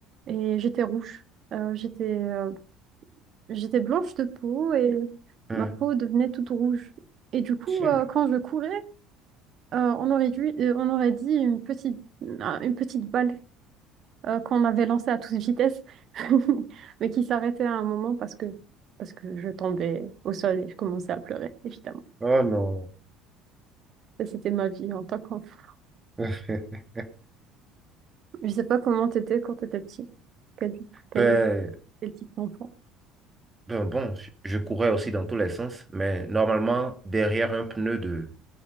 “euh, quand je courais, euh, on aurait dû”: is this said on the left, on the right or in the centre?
Right